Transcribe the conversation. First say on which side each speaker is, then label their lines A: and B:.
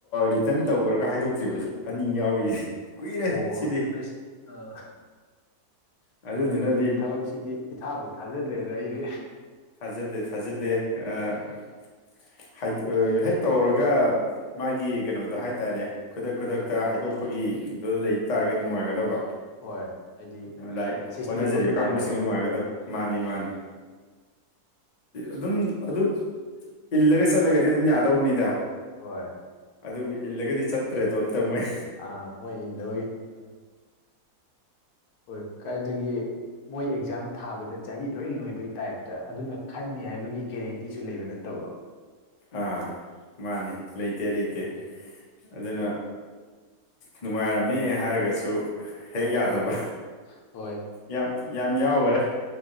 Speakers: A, on the left (about 35°); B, on the left (about 80°).
A: ꯔꯤꯇꯔꯟ ꯇꯧꯕꯈ꯭ꯔꯒ ꯍꯥꯏꯗꯣꯛꯇ꯭ꯔꯤꯕꯁ ꯑꯅꯤ ꯌꯥꯎꯔꯤꯌꯦ ꯀꯨꯏꯔꯦ
B: ꯑꯣ
A: ꯁꯤꯗꯤ
B: ꯑꯁ ꯑꯥ
A: ꯑꯗꯨꯗꯨꯅꯗꯤ
B: ꯃꯅꯤꯄꯨꯔꯒꯤ ꯊꯕꯛꯁꯤꯗꯤ ꯏꯊꯥꯕꯨ ꯊꯥꯖꯗ꯭ꯔꯦꯗ ꯑꯩꯗꯤ
A: ꯊꯥꯖꯗꯦ ꯊꯥꯖꯗꯦ ꯑ
B: ꯎꯝ
A: ꯍꯦꯛ ꯇꯧꯔꯒ ꯃꯥꯒꯤ ꯀꯩꯅꯣꯗ ꯍꯥꯏꯇꯥꯔꯦ ꯈꯨꯗꯛ ꯈꯨꯗꯛꯇ
B: ꯑꯥ
A: ꯍꯥꯏꯗꯣꯛꯄꯒꯤꯗ ꯂꯩ ꯇꯥꯔꯒꯗꯤ ꯅꯨꯡꯉꯥꯏꯒꯗꯕ
B: ꯍꯣꯏ ꯍꯥꯏꯗꯤ
A: ꯂꯥꯏ
B: ꯁꯤꯁꯇꯦꯝ
A: ꯍꯣꯠꯅꯖꯔꯤꯕ
B: ꯑꯃ
A: ꯀꯥꯡꯕꯨꯁꯤꯡꯅ
B: ꯅꯥꯏꯅꯀꯣ
A: ꯅꯨꯡꯉꯥꯏꯒꯗꯕ ꯃꯥꯅꯤ ꯃꯥꯅꯤ
B: <inaudible>
A: ꯑꯗꯨꯝ ꯑꯗꯨ ꯏꯜꯂꯒ ꯆꯠꯂꯒꯗꯤ ꯑꯗꯨꯝ ꯌꯥꯗꯧꯕꯅꯤꯗ
B: ꯍꯣꯏ
A: ꯑꯗꯨꯕꯨ ꯏꯜꯂꯒꯗꯤ ꯆꯠꯇ꯭ꯔꯦꯗꯣ ꯑꯝꯇ ꯃꯣꯏ
B: ꯑꯥ ꯃꯣꯏ ꯏꯟꯗꯧꯒꯤ ꯎꯝ ꯍꯣꯏ ꯀꯥꯏꯗꯒꯤ ꯃꯣꯏ ꯑꯦꯛꯖꯥꯝ ꯊꯥꯕꯗ ꯆꯍꯤ ꯂꯣꯏ ꯂꯣꯏꯕꯩ ꯇꯥꯏꯞꯇ ꯑꯗꯨꯅ ꯈꯟꯅꯤ ꯍꯥꯏꯕꯒꯤ ꯒꯦꯔꯦꯟꯇꯤꯁꯨ ꯂꯩꯕ ꯅꯠꯇꯕ <inaudible>
A: ꯑꯥ ꯃꯥꯅꯦ ꯂꯩꯇꯦ ꯂꯩꯇꯦ
B: ꯎꯝ
A: ꯑꯗꯨꯅ ꯅꯨꯡꯉꯥꯏꯔꯝꯃꯦ ꯍꯥꯏꯔꯒꯁꯨ ꯍꯦꯛ ꯌꯥꯗꯕ
B: ꯍꯣꯏ ꯍꯣꯏ
A: ꯌꯥꯝ ꯌꯥꯝ ꯌꯥꯎꯈ꯭ꯔꯦ